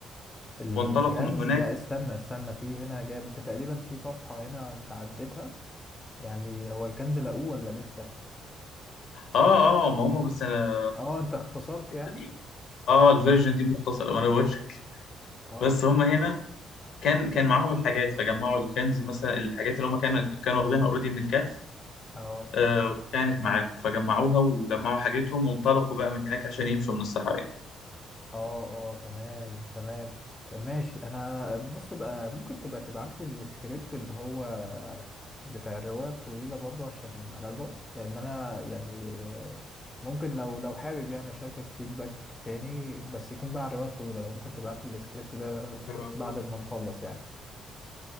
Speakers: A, on the left; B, on the left.
A: الكنز
B: وانطلقوا من هناك
A: لا استنى استنى في هنا جاب انت تقريبا في صفحة هنا انت عديتها يعني هو الكنز لقوه ولا لسه؟
B: آه آه ما هم بس أنا
A: اه انت اختصرت
B: الحتة
A: يعني؟
B: دي اه الفيرجن دي مختصرة وانا بقول لك
A: اه
B: بس
A: ماشي.
B: هم هنا كان كان معاهم الحاجات فجمعوا الكنز مثلا الحاجات اللي هم كانوا كانوا واخدينها اوريدي من الكهف
A: اه
B: آه كانت معاهم فجمعوها وجمعوا حاجتهم وانطلقوا بقى من هناك عشان يمشوا من الصحراء يعني.
A: اه اه تمام تمام ماشي انا انا بص بقى ممكن تبقى تبعت لي السكريبت اللي هو بتاع الرواية الطويلة برضه عشان اراجعه لان انا يعني ممكن لو لو حابب يعني اشاركك فيدباك تاني بس يكون بقى عن الرواية الطويلة لو ممكن تبعت لي السكريبت ده
B: هبعتهولك
A: بعد ما
B: ماشي
A: نخلص يعني